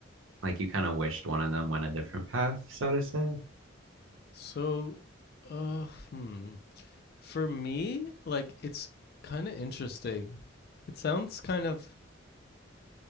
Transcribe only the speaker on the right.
like you kind of wished one of them went a different path, so to say?